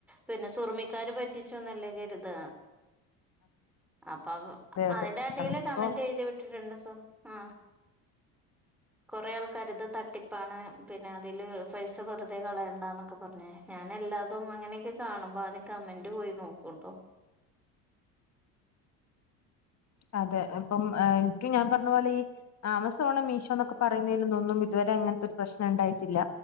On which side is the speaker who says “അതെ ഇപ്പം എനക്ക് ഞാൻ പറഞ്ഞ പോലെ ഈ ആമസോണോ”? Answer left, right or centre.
Left